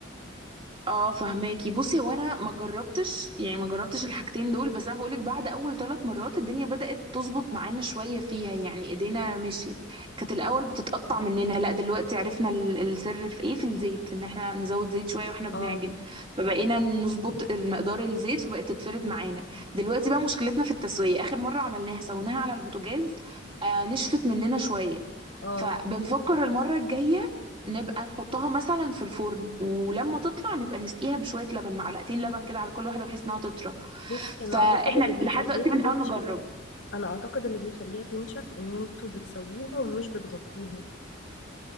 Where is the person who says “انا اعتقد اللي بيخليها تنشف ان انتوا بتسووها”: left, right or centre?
Left